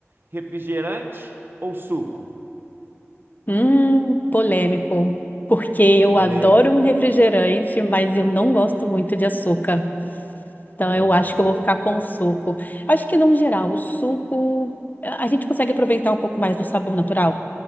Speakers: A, on the right (about 45°); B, on the left (about 35°).
A: refrigerante ou suco?
B: Hum, polêmico. Porque eu
A: Polêmico.
B: adoro um refrigerante, mas eu não gosto muito de açúcar. Então,
A: Aham.
B: eu acho que eu vou ficar com o suco. Acho que, no geral, o suco, a gente consegue aproveitar um pouco mais do sabor natural.